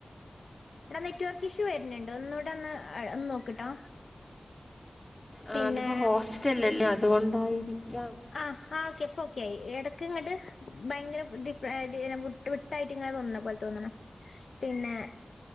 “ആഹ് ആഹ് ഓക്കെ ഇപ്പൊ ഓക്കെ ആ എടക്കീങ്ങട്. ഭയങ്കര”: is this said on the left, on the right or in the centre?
Left